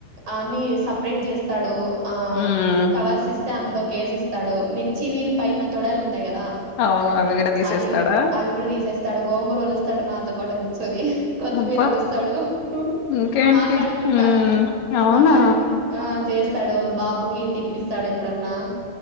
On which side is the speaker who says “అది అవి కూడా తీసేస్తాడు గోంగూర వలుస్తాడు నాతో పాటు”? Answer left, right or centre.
Right